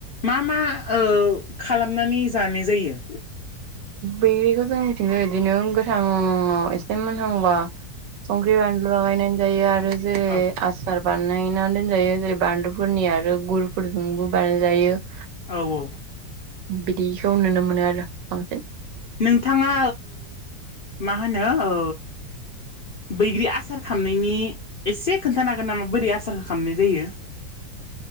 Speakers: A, on the left; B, on the right.
A: मा मा खालामनानै जानाय जायो?
B: बैग्रिखौ जों मिथिंगं बिदिनो गोथांङाव एसे मोनहांबा संख्रि बानलु लागायनानै जायो आरो जेरै
A: औ
B: आसार बानायनानै दोनजायो जेरै बानलुफोरनि आरो गुरफोरजोंबो बानायजायो।
A: औ औ
B: बिदिखौ नुनो मोनो आरो बांसिन
A: नोंथाङा मा होनो ओ बैग्रि आसार खामनायनि एसे खोन्थानो हागोन नामा बोरै आसारखौ खालामनाय जायो